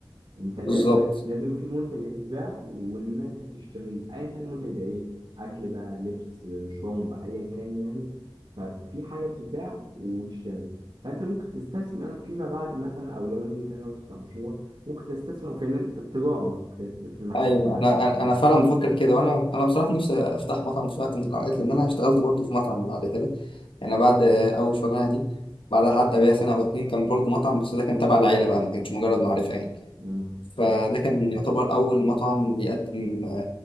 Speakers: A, on the right; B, on the left.
A: انت لازم
B: بالظبط
A: لازم في منتج هيتباع والناس هتشتريه ايا كان المنتج ده ايه اكل بقى لبس شرب ايا كان يعني ففي حاجه بتتباع وتشتري فانت ممكن تستثمر فيما بعد مثلا او لو انت ناوي تفتح مشروع ممكن تستثمر في في التجاره في, في, في محل
B: ايوه
A: مثلا
B: انا انا
A: في
B: أنا فعلا بفكر كده وانا انا بصراحه نفسي افتح مطعم في وقت من الاوقات لان انا اشتغلت برضه في مطعم بعد كده يعني بعد اول شغلانه دي بعدها حتى بيها سنه او اتنين كان برضه مطعم بس ده كان تبع العيله بقى ما كانش مجرد معرفه يعني
A: مم.
B: فده كان يعتبر اول مطعم بيقدم